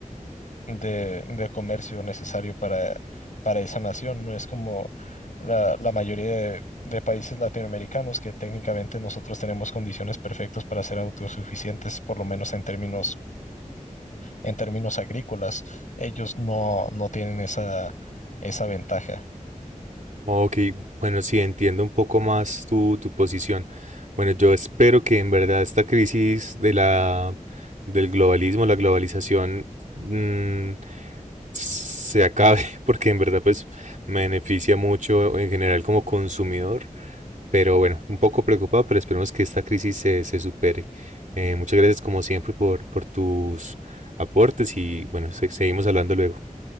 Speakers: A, on the left (about 65°); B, on the right (about 65°).
A: de, de comercio necesario para, para esa nación, no es como la, la mayoría de... de países latinoamericanos que técnicamente nosotros tenemos condiciones perfectas para ser autosuficientes, por lo menos en términos en términos agrícolas. Ellos no, no tienen esa, esa ventaja.
B: Ok, bueno, sí, entiendo un poco más tu, tu posición. Bueno, yo espero que en verdad esta crisis de la, del globalismo, la globalización, mm, se acabe, <laughs> porque en verdad pues me beneficia mucho en general como consumidor, pero bueno, un poco preocupado, pero esperemos que esta crisis se, se supere. Eh, muchas gracias como siempre por, por tus aportes y bueno, se- seguimos hablando luego.